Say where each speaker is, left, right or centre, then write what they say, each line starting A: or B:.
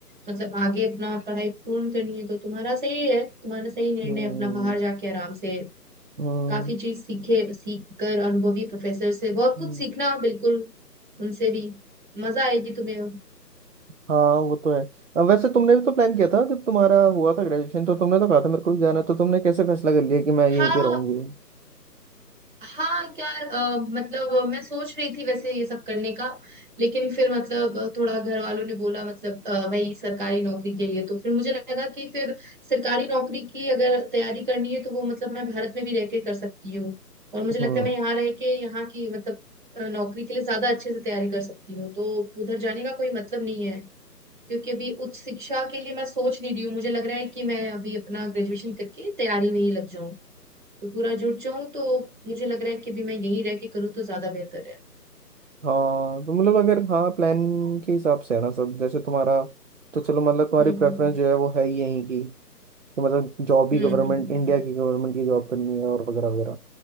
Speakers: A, on the right; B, on the right.
A: मतलब आगे अपना पढ़ाई पूर्ण करनी है तो तुम्हारा सही है तुम्हारा सही निर्णय
B: हम्म
A: अपना बाहर जाके आराम से
B: हम्म,
A: काफी चीज सीखे सीख कर अनुभवी प्रोफेसर से बहुत
B: हम्म,
A: कुछ सीखना बिल्कुल उनसे भी मजा आएगी तुम्हें
B: हाँ वो तो है अ, वैसे तुमने भी तो प्लान किया था जब तुम्हारा हुआ था ग्रेजुएशन तो तुमने तो कहा था मेरे को भी जाना है तो तुमने कैसे फैसला कर लिया कि मैं यहीं
A: हाँ
B: पे रहूंगी
A: हाँ यार अ, मतलब मैं सोच रही थी वैसे ये सब करने का लेकिन फिर मतलब अ, थोड़ा घर वालों ने बोला मतलब अ, वही सरकारी नौकरी के लिए तो फिर मुझे लगा कि फिर सरकारी नौकरी की अगर तैयारी करनी है तो वो मतलब मैं भारत में भी रह के कर सकती हूँ और मुझे लगता
B: हम्म
A: है मैं यहाँ रह के यहाँ की मतलब अ, नौकरी के लिए ज्यादा अच्छे से तैयारी कर सकती हूँ तो उधर जाने का कोई मतलब नहीं है क्योंकि अभी उच्च शिक्षा के लिए मैं सोच नहीं रही हूँ मुझे लग रहा है कि मैं अभी अपना ग्रेजुएशन करके तैयारी में ही लग जाऊँ तो पूरा जुट जाऊं तो मुझे लग रहा है कि अभी मैं यहीं रह के करूँ तो ज्यादा बेहतर है
B: हाँ तो मतलब अगर हाँ प्लान के हिसाब से है ना सब जैसे तुम्हारा तो चलो मतलब तुम्हारी
A: हम्म
B: प्रेफरेंस जो है वो है ही यहीं की तो मतलब जॉब भी
A: हम्म
B: गवर्नमेंट
A: हम्म
B: इंडिया की गवर्नमेंट की जॉब करनी है और वगैरह वगैरह